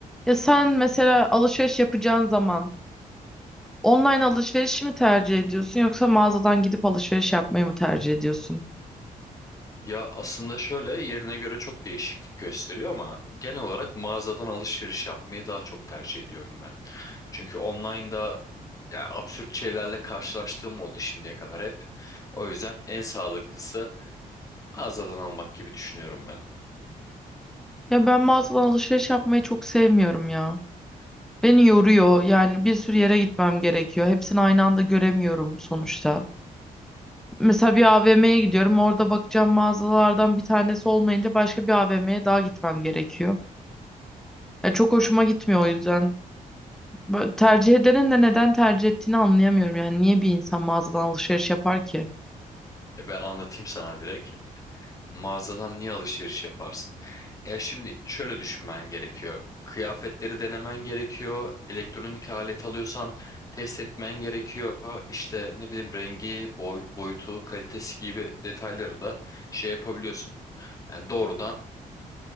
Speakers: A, in the centre; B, on the left.
A: Ya sen mesela alışveriş yapacağın zaman online alışverişi mi tercih ediyorsun yoksa mağazadan gidip alışveriş yapmayı mı tercih ediyorsun?
B: Ya aslında şöyle yerine göre çok değişiklik gösteriyor ama genel olarak mağazadan alışveriş yapmayı daha çok tercih ediyorum ben. Çünkü online'da ya absürt şeylerle karşılaştığım oldu şimdiye kadar hep. O yüzden en sağlıklısı mağazadan almak gibi düşünüyorum ben.
A: Ya ben mağazadan alışveriş yapmayı çok sevmiyorum ya. Beni yoruyor yani bir sürü yere gitmem gerekiyor. Hepsini aynı anda göremiyorum sonuçta. Mesela bir AVM'ye gidiyorum orada bakacağım mağazalardan bir tanesi olmayınca başka bir AVM'ye daha gitmem gerekiyor. Ya çok hoşuma gitmiyor o yüzden. Böyle tercih edenin de neden tercih ettiğini anlayamıyorum yani niye bir insan mağazadan alışveriş yapar ki?
B: E ben anlatayım sana direkt. Mağazadan niye alışveriş yaparsın? E şimdi şöyle düşünmen gerekiyor. Kıyafetleri denemen gerekiyor. Elektronik alet alıyorsan test etmen gerekiyor. İşte ne bileyim rengi, boy, boyutu, kalitesi gibi detayları da şey yapabiliyorsun. Yani doğrudan